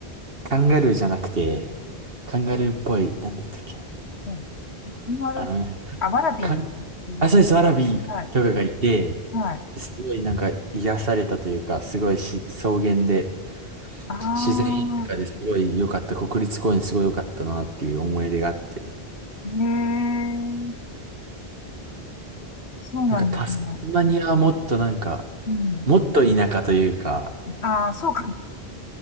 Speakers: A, on the right; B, on the left.
A: カンガルーじゃなくて、カンガルーっぽい、なんだったっけな。
B: うん。カンガルー、
A: あの、
B: あ、ワラビー。
A: カン、
B: えー
A: あ、そうです、ワラビーとかがいて、
B: はい。はい。
A: すごいなんか癒されたというか、すごいし草原で、
B: ああ、
A: 自然豊かですごい良かった、国立公園すごい良かったなっていう思い出があって、
B: ええ、そうなんですね。
A: なんかタスマニアはもっとなんか、
B: うん。
A: もっと田舎というか、
B: ああ、そうか。